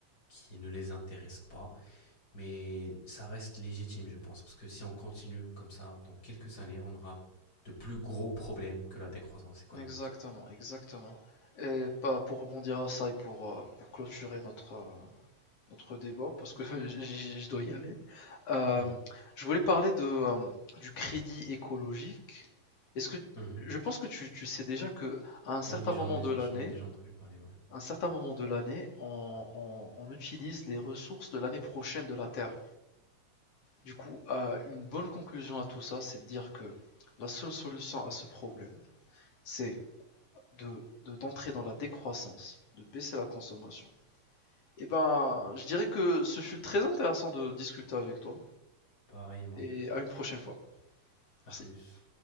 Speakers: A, on the left (about 30°); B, on the left (about 55°).
A: qui ne les intéresse pas. Mais ça reste légitime, je pense, parce que si on continue comme ça, dans quelques années, on aura de plus gros problèmes que la décroissance économique.
B: Exactement, exactement. Et pas pour rebondir à ça et pour, euh, pour clôturer notre, euh, notre débat, parce que <laughs> je dois y aller, euh,
A: Mhm,
B: je voulais parler de, euh, du crédit écologique. Est-ce que...
A: mhm.
B: Je pense que tu, tu sais déjà que à un certain
A: Oui, j'en
B: moment
A: ai,
B: de l'année,
A: j'en ai déjà entendu parler, ouais.
B: un certain moment de l'année, on, on- on utilise les ressources de l'année prochaine de la Terre. Du coup, euh, une bonne conclusion à tout ça, c'est de dire que la seule solution à ce problème, c'est de, de- d'entrer dans la décroissance, de baisser la consommation. Et ben, je dirais que ce fut très intéressant de discuter avec toi,
A: Pareillement.
B: et à une prochaine fois.
A: À
B: Merci.
A: plus.